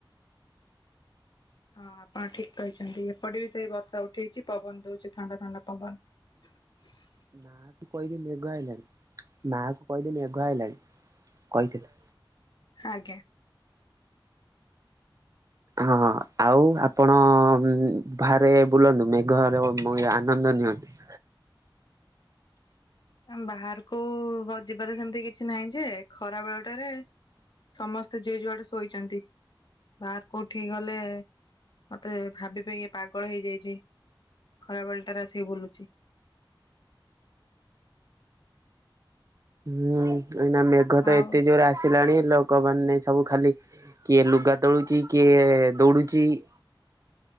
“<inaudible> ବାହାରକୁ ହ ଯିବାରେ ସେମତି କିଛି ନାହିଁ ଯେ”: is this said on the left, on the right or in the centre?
Left